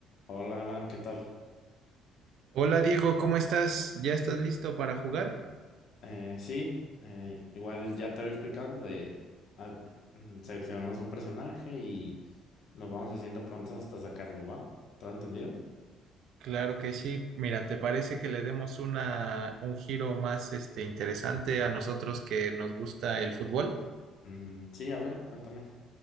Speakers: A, on the left; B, on the right.
A: Hola Alan, ¿qué tal?
B: Hola Diego, ¿cómo estás? ¿Ya estás listo para jugar?
A: Eh, sí, eh, igual ya te había explicado de a- mm, seleccionamos un personaje y nos vamos haciendo prontas hasta sacarlo, ¿va? ¿Todo entendido?
B: Claro que sí. Mira, ¿te parece que le demos una, un giro más este, interesante a nosotros que nos gusta el fútbol?
A: Mm, sí, a ver, cuéntame.